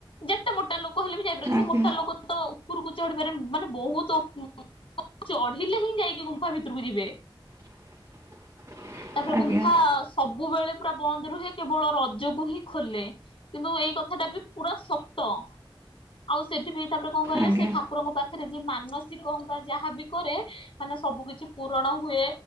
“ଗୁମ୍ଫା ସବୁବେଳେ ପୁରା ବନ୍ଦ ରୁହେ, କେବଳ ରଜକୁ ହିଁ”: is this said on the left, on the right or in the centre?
Left